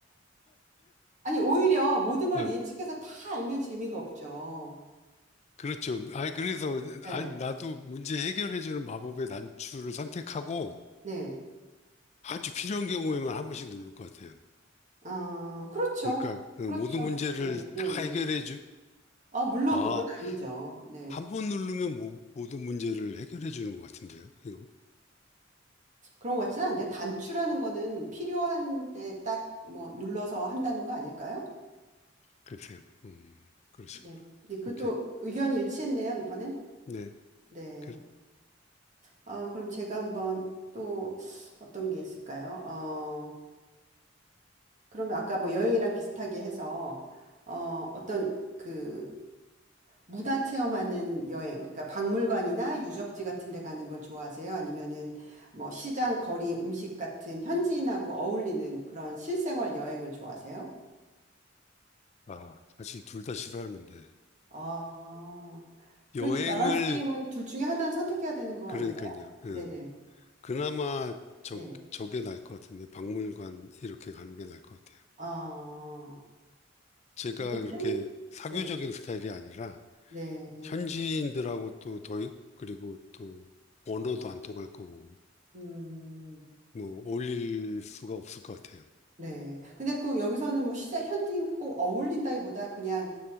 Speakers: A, on the right (about 40°); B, on the left (about 35°).
A: 아니, 오히려 모든 걸
B: 아,
A: 예측해서 다 알면 재미가 없죠.
B: 그렇죠. 아니, 그래서,
A: 네,
B: 아니, 나도 문제 해결해주는 마법의 단추를 선택하고
A: 네.
B: 아주 필요한 경우에만 한 번씩 누를 것 같아요.
A: 아, 그렇죠.
B: 그러니까, 어,
A: 그렇죠.
B: 모든 문제를
A: 예, 예,
B: 다 해결해주,
A: 예. 아, 물론
B: 아,
A: 그건 아니죠. 네.
B: 한 번 누르면 모, 모든 문제를 해결해주는 것 같은데요, 이거.
A: 그런 것 같지는 않은데, 단추라는 거는 필요한 때 딱 뭐 눌러서 한다는 거 아닐까요?
B: 글쎄요. 음, 그러시구나.
A: 네. 네, 그것도
B: 오케이.
A: 의견이 일치했네요, 이번엔.
B: 네.
A: 네.
B: 그-
A: 어, 그럼 제가 한번 또 어떤 게 있을까요? 어, 그러면 아까 뭐 여행이랑 비슷하게 해서 어, 어떤 그 문화 체험하는 여행, 그러니까 박물관이나 유적지 같은 데 가는 걸 좋아하세요? 아니면은 뭐 시장, 거리, 음식 같은 현지인하고 어울리는 그런 실생활 여행을 좋아하세요?
B: 아, 사실 둘 다 싫어하는데.
A: 아, 그래도
B: 여행을,
A: 밸런스 게임은 둘 중에 하나는 선택해야 되는 거
B: 그러니까요.
A: 아닌가요?
B: 예.
A: 네네.
B: 그나마 저,
A: 네.
B: 저게 나을 것 같은데, 박물관 이렇게 가는 게 나을 것 같아요.
A: 아,
B: 제가
A: 요즘?
B: 그렇게 사교적인
A: 네,
B: 스타일이 아니라,
A: 네,
B: 현지인들하고 또 더, 그리고 또 언어도 안 통할 거고,
A: 음,
B: 뭐, 어울릴 수가 없을 것 같아요.
A: 네. 근데 그 여기서는 뭐 시장 현지인과 꼭 어울린다기보다 그냥